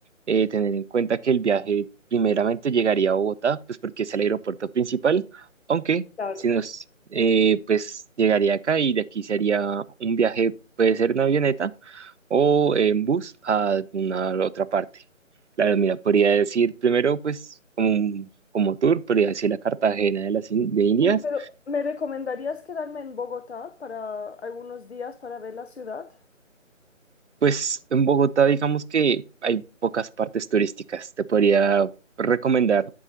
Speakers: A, on the right; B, on the left.
A: eh, tener en cuenta que el viaje primeramente llegaría a Bogotá, pues porque es el aeropuerto principal, aunque
B: Claro.
A: si nos, eh, pues llegaría acá y de aquí sería un viaje, puede ser en avioneta o en bus a alguna otra parte. Claro, mira, podría decir primero, pues como, un- como tour, podría decir la Cartagena de las In- de Indias
B: Me- Pero, ¿me recomendarías quedarme en Bogotá para algunos días para ver la ciudad?
A: Pues en Bogotá digamos que hay pocas partes turísticas. Te podría
B: Ah,
A: recomendar